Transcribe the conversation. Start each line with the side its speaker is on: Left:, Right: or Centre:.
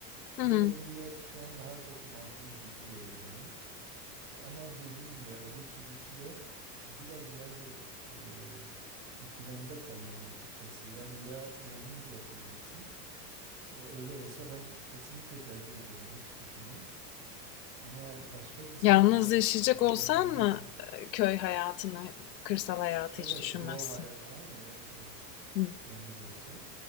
Left: Hı
Right: Böyle
Left: hı.
Right: bir yer şu an daha çok makul gibi geliyor bana. Ama dediğim gibi ya öbür türlüsü de biraz yani e, ikilemde kalıyorum açıkçası. Yani ya yalnız yaşayacaksın ee, Öyle olsa ben kesinlikle tercih ederim, hiç düşünmem. Ama başka insanlarla
Left: Yalnız yaşayacak
Right: ya-
Left: olsan
Right: yaşanacaksa,
Left: mı, eee, köy hayatını, kırsal hayatı
Right: evet
Left: hiç düşünmezsin?
Right: doğa hayat, aynen evet evet
Left: Hı.
Right: yalnız olsa.